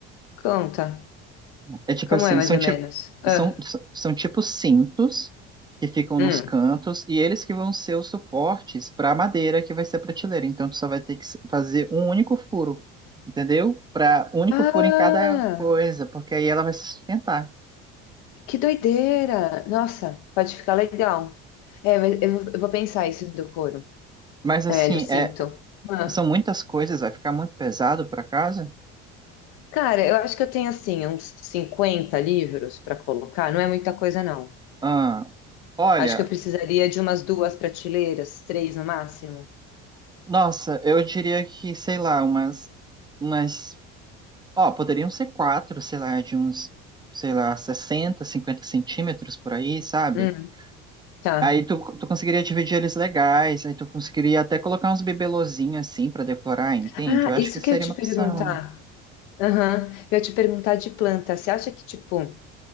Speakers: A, on the left; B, on the right.
A: conta.
B: É tipo
A: Como
B: assim,
A: é, mais
B: são
A: ou
B: tipo,
A: menos? Ah,
B: são, são, são tipo cintos que ficam
A: hum.
B: nos cantos e eles que vão ser os suportes para a madeira que vai ser a prateleira, então tu só vai ter que s- fazer um único furo, entendeu? Para único
A: Ah,
B: furo em cada coisa, porque aí ela vai se sustentar.
A: que doideira! Nossa, pode ficar legal. É, mas eu, eu vou pensar isso do couro,
B: Mas assim,
A: é, do cinto.
B: é,
A: Ah.
B: São muitas coisas, vai ficar muito pesado para casa?
A: Cara, eu acho que eu tenho, assim, uns 50 livros para colocar. Não é muita coisa, não.
B: Ah, olha,
A: Acho que eu precisaria de umas duas prateleiras, três no máximo.
B: nossa, eu diria que, sei lá, umas, umas, ó, poderiam ser quatro, sei lá, de uns, sei lá, 60, 50 centímetros por aí, sabe?
A: Hum, tá.
B: Aí tu, tu conseguiria dividir eles legais, aí tu conseguiria até colocar uns bibelozinhos assim para decorar, entende?
A: Ah,
B: Eu acho
A: isso
B: que seria
A: que eu ia te
B: uma
A: perguntar.
B: opção.
A: Aham, Eu ia te perguntar de planta. Você acha que, tipo,